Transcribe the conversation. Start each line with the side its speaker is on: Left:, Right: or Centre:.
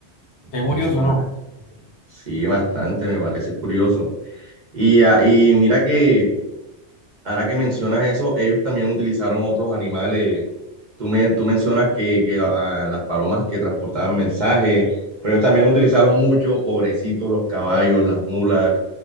Left: Qué curioso,
Right: ni más
Left: ¿no?
Right: sí, bastante, me parece curioso. Y, ah, y mira que ahora que mencionas eso, ellos también utilizaron otros animales. Tú, me, tú mencionas que, que ah, las palomas que transportaban mensajes, pero ellos también utilizaron mucho, pobrecitos, los caballos, las mulas.